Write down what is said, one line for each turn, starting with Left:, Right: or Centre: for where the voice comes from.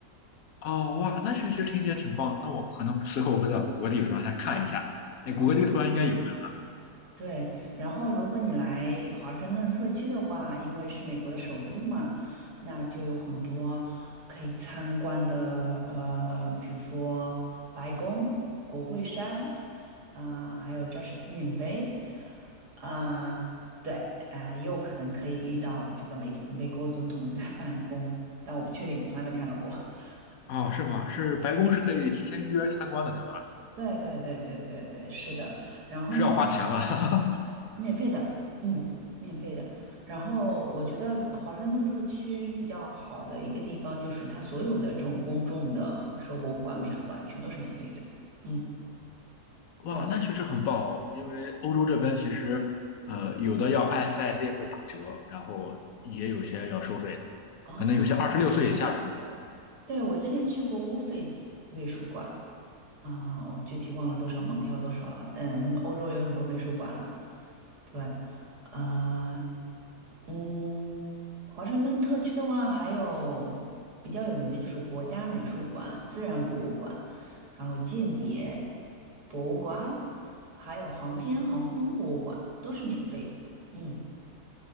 Left: 哦，哇，那确实听起来挺棒的那我可能随后我会到谷歌地图上先看一下。那谷歌地图上应该有，
Right: 啊。
Left: 对吧？
Right: 对，然后如果你来华盛顿特区的话，因为是美国的首都嘛，那就有很多可以参观的，呃，比如说白宫、国会山，啊、还有战士纪念碑，啊、对，啊、也有可能可以遇到这个美总美国总统在办公，但我不确定，我从来没看到过。<laughs>
Left: 哦，是吗？是白宫是可以提前预约参观的，对吧？
Right: 对对对对对对，是的。然后呢？
Left: 是要花钱吗？<laughs>
Right: 免费的，嗯，免费的。然后我觉得华盛顿特区比较好的一个地方就是它所有的这种公众的，比如说博物馆、美术馆，全都是免费的。嗯，
Left: 哇，
Right: 对。
Left: 那确实很棒哦，因为欧洲这边其实，呃，有的要 SIC 会打折，然后也有些要收费的，
Right: 哦，
Left: 可能有些二十六岁以下是免费的。
Right: 对，我之前去过乌菲兹美术馆啊，我具体忘了多少门票多少了，但欧洲有很多美术馆了。对，啊。嗯，华盛顿特区的话，还有比较有名的就是国家美术馆、自然博物馆，然后间谍博物馆，还有航天航空博物馆，都是免费的。嗯